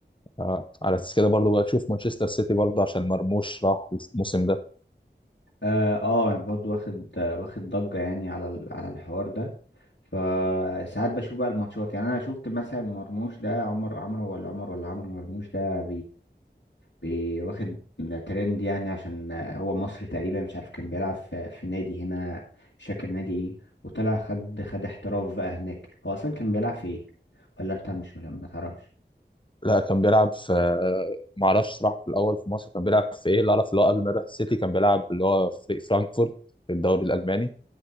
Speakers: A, on the left; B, on the left.
A: أه على اساس كده برضه بقى تشوف مانشستر سيتي برضه عشان مرموش راح الموسم ده
B: اه آه، يعني برضه واخد آه، واخد ضجة يعني على ال- على الحوار ده فساعات بشوف بقى الماتشات يعني انا شفت مثلا مرموش ده عمر عمرو ولا عمر ولا عمرو مرموش ده بي- واخد ترند يعني عشان هو مصري تقريبا مش عارف كان بيلعب في في نادي هنا مش فاكر نادي ايه وطلع خد خد احتراف بقى هناك هو اصلا كان بيلعب في ايه ولا انت مش ما تعرفش
A: لا كان بيلعب في ما اعرفش صراحه في الاول في مصر كان بيلعب في ايه اللي اعرف اللي هو قبل ما يروح السيتي كان بيلعب اللي هو في فرانكفورت في الدوري الالماني